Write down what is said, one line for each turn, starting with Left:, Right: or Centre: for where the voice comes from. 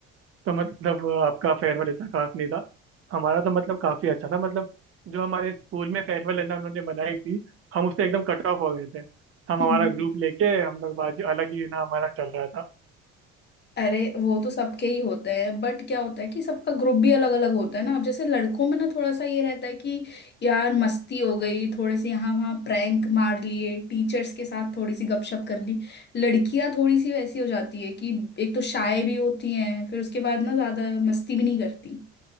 Right: तो मतलब अ, आपका फेयरवेल इतना खास नहीं था हमारा तो मतलब काफी अच्छा था मतलब जो हमारे स्कूल में फेयरवेल है ना उन्होंने बनाई थी हम उससे एकदम कट ऑफ हो गए थे हम
Left: में
Right: हमारा ग्रुप लेके हम लोग बाजू अलग ही ना हमारा चल रहा था
Left: अरे वो तो सबके ही होते हैं बट क्या होता है कि सबका ग्रुप भी अलग अलग होता है ना अब जैसे लड़कों में ना थोड़ा सा ये रहता है कि यार मस्ती हो गई थोड़े से यहाँ वहाँ प्रैंक मार लिए टीचर्स के साथ थोड़ी सी गपशप कर ली लड़कियां थोड़ी सी वैसी हो जाती है कि एक तो शाय भी होती हैं फिर उसके बाद ना ज्यादा मस्ती भी नहीं करती